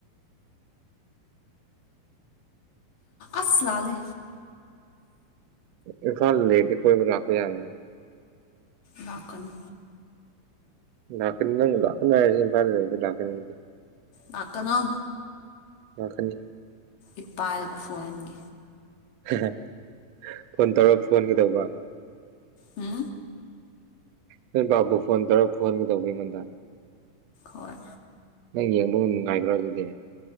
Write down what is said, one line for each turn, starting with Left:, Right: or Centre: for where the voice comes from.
Left: ꯑꯁ ꯂꯥꯂꯦ
Right: ꯏꯝꯐꯥꯜ ꯂꯩꯔꯗꯤ ꯀꯣꯏꯕ ꯂꯥꯛꯄ ꯌꯥꯔꯅꯤ
Left: ꯂꯥꯛꯀꯅꯨ
Right: ꯂꯥꯛꯀꯅꯤ ꯅꯪꯅ ꯂꯥꯛꯀꯅꯨ ꯍꯥꯏꯔꯁꯨ ꯏꯝꯐꯥꯜ ꯂꯩꯔꯗꯤ ꯂꯥꯛꯀꯅꯤ ꯑꯩꯗꯤ
Left: ꯂꯥꯛꯀꯅꯣ
Right: ꯂꯥꯛꯀꯅꯤ
Left: ꯏꯄꯥꯗ ꯐꯨꯍꯟꯒꯦ
Right: ꯍꯥꯍꯥ ꯐꯣꯟ ꯇꯧꯔ ꯐꯨꯍꯟꯒꯗꯧꯕ
Left: ꯍꯥ
Right: ꯅꯣꯏ ꯕꯥꯕꯨ ꯐꯣꯟ ꯇꯧꯔ ꯐꯨꯍꯟꯒ‌ꯦ ꯗꯧꯕ ꯑꯩꯉꯣꯟꯗ
Left: ꯍꯣꯏ
Right: ꯅꯪ ꯌꯦꯡꯕ ꯅꯨꯡꯉꯥꯏꯒꯔꯣ ꯑꯗꯨꯗꯤ